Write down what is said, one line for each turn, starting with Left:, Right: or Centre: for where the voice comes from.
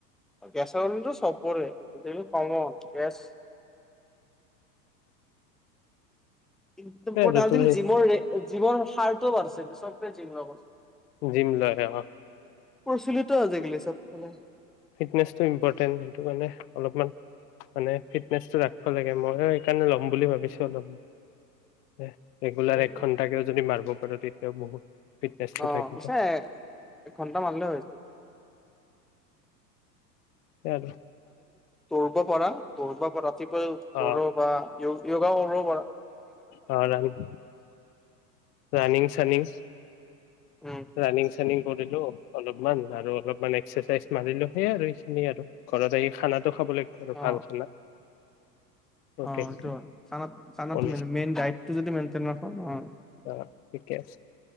Centre: কেঁচা আমটো চব পৰে, গোটেইটো পাৰি আন। গেছ। একদম
Left: এ
Centre: ত
Left: নতুন
Centre: জিমৰৰে জিমৰ সাৰটোও বাঢ়িছে চব <unintelligible> িাপ <unintelligible>
Left: জিম লও ইয়াত আহক।
Centre: প্ৰচলিত আজিকালি চাৰি।
Left: ফিটনেচটো ইম্পৰ্টেণ্ট, সেইটো কাৰণে অলপমান মানে ফিটনেচটো ৰাখিব লাগে ময় সেইকাৰণে ল'ম বুলি ভাবিছোঁ অলপমান। ৰেগুলাৰ
Centre: উম
Left: এক ঘণ্টাকৈও যদি মাৰিব লগে। পতি এতিয়া বহুত- ফিটনেচটো
Centre: আহ,
Left: থাকিব
Centre: পিছে এক ঘন্টামানলৈ হৈ যায়।
Left: চল-
Centre: পূৰ্বৰ পৰা পূৰ্বৰ পৰা। পতিপ
Left: অ
Centre: কৰ় বা <unintelligible> যুগ কৰিব পৰা।
Left: অ, ৰানিং ৰানিং চানিং
Centre: উম
Left: ৰানিং চানিং কৰিলো। অলপমান আৰু অলপমান এক্সাৰচাইজ মাৰিলো হৈ ৰেষ্ট লও আৰু ঘৰত জাই খানাত খাবলৈ আৰু
Centre: অ
Left: ভাল আচা অ'কে
Centre: অ সেইটো হয় খানা খানাটো
Left: <unintelligible>
Centre: মেইন দায়িত্ব যদি মেনটে নথয় অ
Left: অ ঠিকে আছে